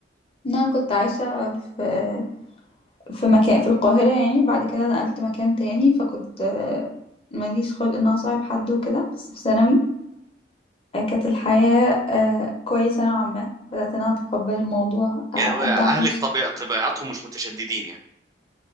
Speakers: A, on the left; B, on the right.
A: إن انا كنت عايشه في في مكان في القاهرة يعني وبعد كده نقلت مكان تاني فكنت آه، ماليش خلق ان أنا أصاحب حد وكده بس في ثانوي آه، كانت الحياة آه، كويسة نوعا ما بدأت ان انا اتقبل الموضوع آه،
B: يعني هو اهلك
A: ابدأ اعمل
B: طبيع طبيعتهم مش متشددين يعني